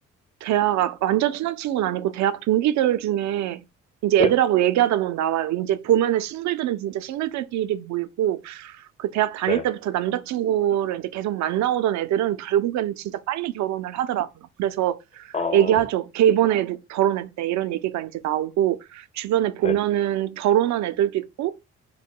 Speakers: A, on the right; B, on the left.
A: 대학, 아, 완전 친한 친구는 아니고 대학 동기들 중에 이제
B: 네,
A: 애들하고 얘기하다 보면 나와요. 이제 보면은 싱글들은 진짜 싱글들끼리 모이고, 그 대학 다닐
B: 네,
A: 때부터 남자친구를 이제 계속 만나오던 애들은 결국에는 진짜 빨리 결혼을 하더라고요. 그래서
B: 어,
A: 얘기하죠. 걔 이번에 도 결혼했대. 이런 얘기가 이제 나오고, 주변에 보면은
B: 네,
A: 결혼한 애들도 있고,